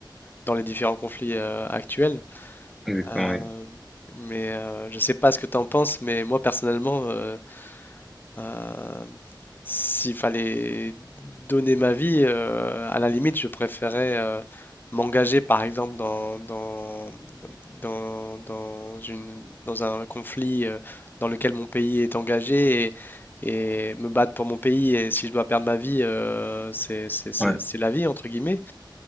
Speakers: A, on the left (about 25°); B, in the centre.
A: dans les différents conflits euh, actuels.
B: exactement,
A: Euh,
B: oui.
A: mais euh, je sais pas ce que tu en penses, mais moi personnellement, euh, Euh, s'il fallait donner ma vie, euh, à la limite, je préférais euh, m'engager, par exemple, dans, dans, dans, dans une, dans un conflit euh, dans lequel mon pays est engagé et, et me battre pour mon pays. Et si je dois perdre ma vie, euh, c'est, c'est, c'est-
B: Ouais,
A: c'est la vie, entre guillemets.